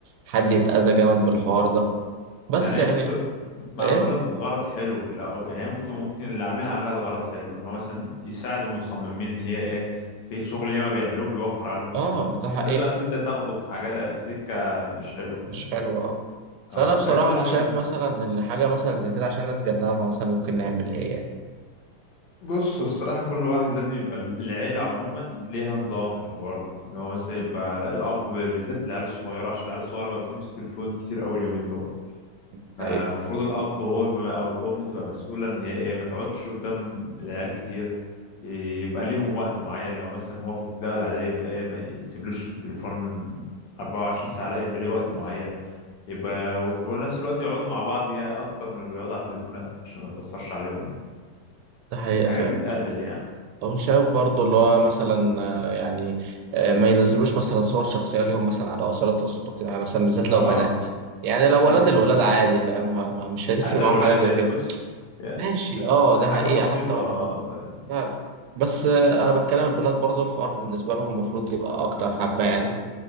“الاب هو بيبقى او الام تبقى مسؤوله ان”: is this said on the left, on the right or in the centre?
Left